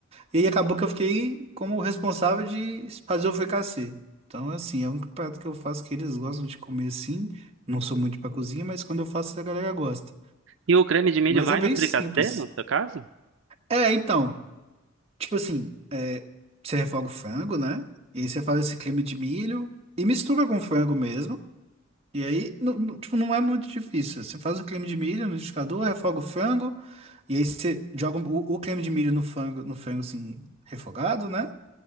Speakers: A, on the right; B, on the right.
A: E aí acabou que eu fiquei como responsável de fazer o fricassê. Então, assim, é o único prato que eu faço que eles gostam de comer assim. Não sou muito pra cozinha, mas quando eu faço, a galera gosta.
B: E o creme de milho
A: Mas
B: vai
A: é bem
B: no fricassê,
A: simples.
B: no seu caso?
A: É, então, tipo assim, é, você refoga o frango, né? E aí você faz esse creme de milho e mistura com frango mesmo. E aí, não, não- tipo, não é muito difícil. Você faz o creme de milho no liquidificador, refoga o frango, e aí você joga o, o creme de milho no frango, no frango assim, refogado, né?